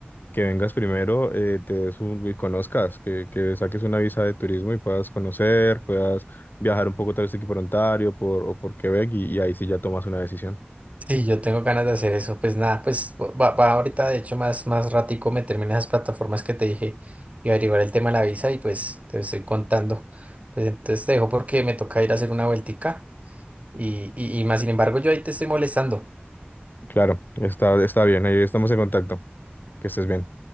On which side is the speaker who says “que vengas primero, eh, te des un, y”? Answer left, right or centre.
Left